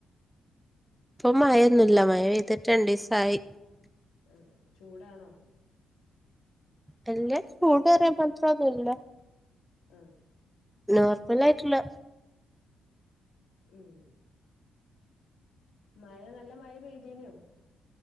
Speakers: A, in the centre; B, on the left (about 80°).
A: പ്പം മയെന്നുല്ല മയ പെയ്തിട്ട് രണ്ടീസായി.
B: ആഹ്. ചൂടാണോ?
A: വല്യ ചൂട്റിയാമാത്രൊന്നുല്ല.
B: ആഹ്.
A: നോർമലായിട്ട്ള്ള
B: ഉം. മയ നല്ല മയ പെയ്തീനോ?